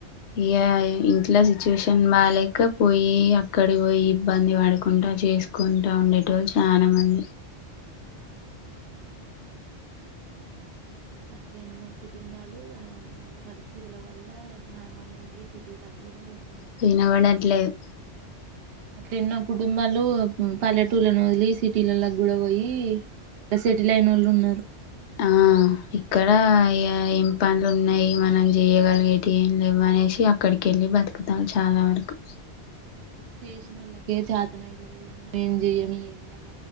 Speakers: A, on the left; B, on the right.
A: ఇగ ఇంట్ల సిచ్యువేషన్ బాలేక పోయి అక్కడి పోయి ఇబ్బంది పడుకుంటా చేసుకుంటా ఉండేటోళ్ళు చా నామంది
B: అట్లా ఎన్నో కుటుంబాలు ఆ పరిస్థితుల వల్ల గ్రామాల నుండి సిటీలకు కూడా పోత
A: వినపడట్లేదు
B: అట్లా ఎన్నో కుటుంబాలు పల్లెటూళ్లను వదిలి సిటీలల్ల గూడా బోయి సెటీల్ అయినోళ్ళు ఉన్నరు
A: ఆ ఇక్కడ ఏం పనులు ఉన్నాయి మనం జేయగలిగేటివి ఏం లేవు అనేసి అక్కడికి యెళ్ళి బతుకుతాం చాలా వరకు
B: చేసినోళ్ళకే చేతనైత లేదు మేం ఏం జేయ్యం ఈ ఎండక